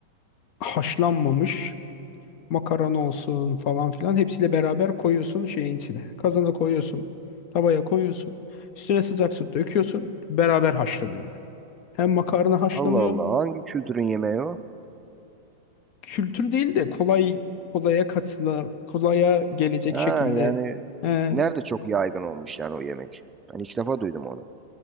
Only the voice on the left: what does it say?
haşlanmamış makarna olsun falan filan hepsiyle beraber koyuyorsun şeyin içine. Kazana koyuyorsun, tavaya koyuyorsun. Üstüne sıcak su döküyorsun. Beraber haşlanıyorlar. Hem makarna haşlanıyor.
Kültür değil de kolay kolaya kaçla kolaya gelecek
şekilde.
He,